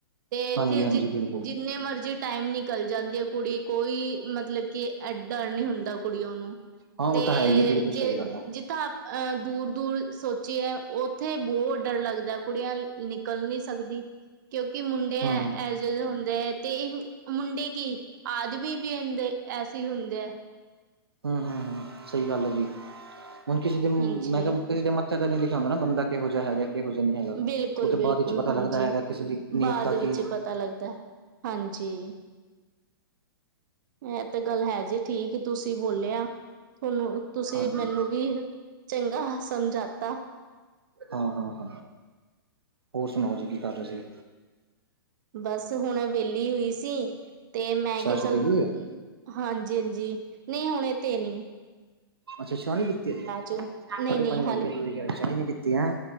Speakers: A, on the right; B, on the right.
A: ਤੇ ਇੱਥੇ
B: ਹਾਂਜੀ ਹਾਂਜੀ
A: ਜਿ
B: ਬਿਲਕੁਲ
A: ਜਿੰਨੇ, ਮਰਜ਼ੀ ਟਾਈਮ ਨਿਕਲ ਜਾਂਦੀ ਐ ਕੁੜੀ, ਕੋਈ ਮਤਲ ਮਤਲਬ ਕਿ ਐ ਡਰ ਨੀ ਹੁੰਦਾ ਕੁੜੀਆਂ ਨੂੰ,
B: ਹਾਂ ਉਹ
A: ਤੇ
B: ਤਾਂ ਹੈ ਹੀ ਹੈ ਬਿਲਕੁਲ
A: ਜੇ
B: ਸਹੀ ਗੱਲ ਹੈ
A: ਜਿੱਥਾਂ ਆਪ ਅ ਦੂਰ-ਦੂਰ ਸੋਚਿਐ ਉੱਥੇ ਬਹੁਤ ਡਰ ਲੱਗਦਾ, ਕੁੜੀਆਂ ਨਿਕਲ ਨਹੀਂ ਸਕਦੀ। ਕਯੋਂਕਿ ਮੁੰਡੇ
B: ਹੂੰ
A: ਏ ਏਜੇ ਹੁੰਦੇ ਐ, ਤੇ ਮੁੰਡੇ ਕੀ ਆਦਮੀ ਵੀ ਇੰਦੇ ਐਸੀ ਹੁੰਦੇ ਐ।
B: ਹੂੰ, ਹੂੰ ਸਈ ਗਾੱਲ ਐ ਜੀ, ਹੁਨ ਕਿਸੇ ਦੇ ਮੈਂ
A: ਹਾਂਜੀ
B: ਕੇਆ ਕਿਸੇ ਦੇ ਮ ਮੱਥੇ ਤੇ ਨੀ ਲਿਖਿਆ ਹੁੰਦਾ ਬੰਦਾ ਕੇਹੋ ਜਾ ਹੈਗਾ। ਕਿਹੋ ਜਿਹਾ ਨਹੀਂ ਹੈਗਾ
A: ਬਿਲਕੁਲ,
B: ਉਹ ਤੇ
A: ਬਿਲਕੁਲ
B: ਬਾਅਦ ਵਿੱਚ ਪਤਾ
A: ਹਾਂਜੀ,
B: ਲੱਗਦਾ ਹੈਗਾ ਕਿਸੇ ਦੀ ਨੀਅਤ
A: ਬਾਦ
B: ਦਾ
A: ਵਿੱਚ
B: ਕੀ
A: ਪਤਾ ਲੱਗਦਾ। ਹਾਂਜੀ। ਐ ਤੇ ਗੱਲ ਹੈ ਜੀ ਠੀਕ‌ ਤੁਸੀ ਬੋਲੇਆ, ਥੋਨੂੰ ਅ ਤੁਸੀ
B: ਹਾਂਜੀ,
A: ਮੈਨੂੰ ਵੀ ਅ ਚੰਗ੍ਹਾ ਸਮਝਾਤਾ।
B: ਹਾਂ, ਹਾਂ, ਹਾਂ, ਹੋਰ ਸੁਨਾਓ ਜੀ ਕੀ ਕਾੱਰ ਰੇ ਸੀ।
A: ਬਾੱਸ ਹੁਨ ਵੇਲੀ ਹੋਈ ਸੀ। ਤੇ ਮੈਂ
B: ਚਾਹ
A: ਕੇਆ
B: ਚੂ
A: ਚੱਲ
B: ਪੀ ਲਈ ਏ?
A: ਹਾਂਜੀ, ਹਾਂਜੀ ਨੀ ਹੁਣੇ ਤੇ ਨੀ
B: ਅੱਛਾ ਚਾ ਨੀ ਪੀਤੀ ਹਜੇ,
A: ਚੂ ਨਹੀਂ
B: ਸਾਡੇ
A: ਨਹੀਂ
B: ਪੰਜ ਵੱਜ ਗੇ ਤੁਸੀ ਕੈਰੇ ਚਾ ਈ ਨੀ ਪੀਤੀ ਹੈਂ।